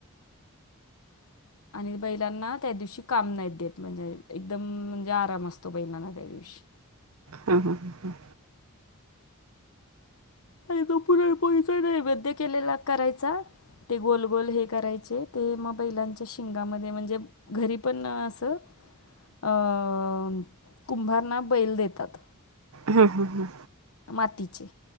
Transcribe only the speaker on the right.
हा हा हा हा.
हं हं हं.